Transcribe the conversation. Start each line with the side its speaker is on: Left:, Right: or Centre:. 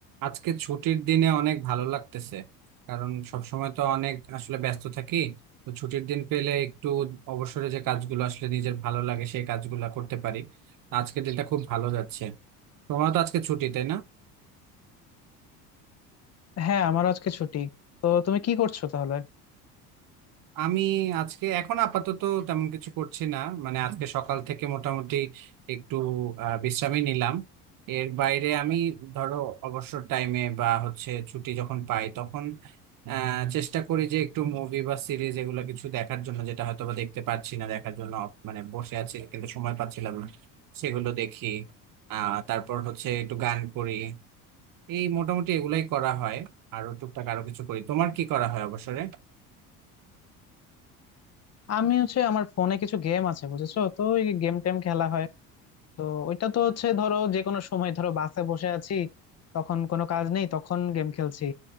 Right: আজকে ছুটির দিনে অনেক ভালো লাগতেছে কারণ সবসময় তো অনেক আসলে ব্যস্ত থাকি তো ছুটির দিন পেলে একটু অবসরে যে কাজগুলো আসলে নিজের ভালো লাগে সেই কাজগুলো করতে পারি আজকের দিনটা খুব ভালো যাচ্ছে তোমার তো আজকে ছুটি তাই না
Left: হ্যাঁ আমার আজকে ছুটি তো তুমি কি করছো তাহলে
Right: আমি আজকে এখন আপাতত তেমন কিছু করছি না মানে আজকে সকাল থেকে মোটামুটি একটু আহ, বিশ্রামই নিলাম এর বাইরে আমি ধরো অবসর টাইমে বা হচ্ছে ছুটি যখন পাই তখন আহ, চেষ্টা করি যে একটু মুভি বা সিরিজ এগুলো কিছু দেখার জন্য যেটা হয়তো বা দেখতে পাচ্ছি না দেখার জন্য মানে বসে আছি কিন্তু সময় পাচ্ছিলাম না সেগুলো দেখি আহ তারপর হচ্ছে একটু গান করি এই মোটামুটি এগুলাই করা হয় আরো টুকটাক আরো কিছু করি তোমার কি করা হয় অবসরে
Left: আমি হচ্ছে আমার ফোনে কিছু গেম আছে বুঝেছো তো ওই গেম টেম খেলা হয় তো ওইটা তো হচ্ছে ধরো যে কোনো সময় ধরো বাসে বসে আছি তখন কোনো কাজ নেই তখন গেম খেলছি